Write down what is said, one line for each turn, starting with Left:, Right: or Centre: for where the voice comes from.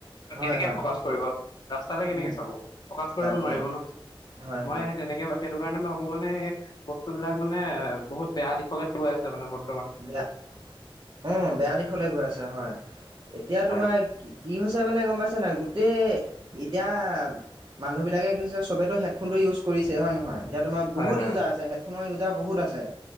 Left: ত
Right: হয়,
Left: কেনেকে
Right: হয়,
Left: ফকাচ কৰিব ৰাস্তালে কেনেকে
Right: উম,
Left: চাব ফকাচ কৰিব
Right: তাকে,
Left: নোৱাৰিব ন
Right: হয়,
Left: মই
Right: হয়,
Left: এ তেনেকে বাই সেইটো কাৰণে ম ভাবো মানে এই বস্তু বিলাক মানে এ বহুত বেয়া দিশলে গৈ আছে মানে বৰ
Right: বেয়া অ বেয়া দিশলে গৈ আছে হয় এতিয়া
Left: হয়
Right: তোমাৰ কি কি হৈছে মানে গম পাইছা নাই গোটেই এতিয়া মানুহবিলাকে কৈছে চবেতো হেডফোনটো ইউছ কৰিছে হয় নহয় এতিয়া তোমাৰ
Left: হয়
Right: বহুত
Left: হয়
Right: ইউজাৰ আছে হেডফোনৰ ইউজাৰ বহুত আছে